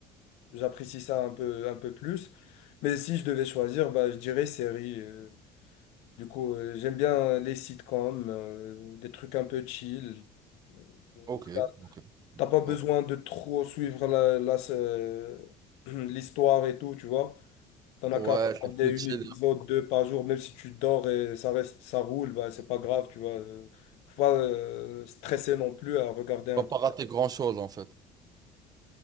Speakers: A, on the left (about 75°); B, on the right (about 35°).
A: j'apprécie ça un peu, un peu plus. Mais si je devais choisir, bah, je dirais série. euh, Du coup, euh, j'aime bien euh, les sitcoms, euh, des trucs un peu chill. Euh, on
B: Ok,
A: regarde-
B: ok,
A: T'as pas besoin
B: ok.
A: de trop suivre la, la- euh, <clears throat> l'histoire et tout, tu vois. T'en as
B: Ouais,
A: qu'à regarder
B: c'est plus chill.
A: un épisode, deux par jour, même si tu dors et ça reste, ça roule, bah, c'est pas grave, tu vois. Euh, Faut pas euh, stresser non plus à regarder un.
B: Tu vas pas rater grand-chose, en fait.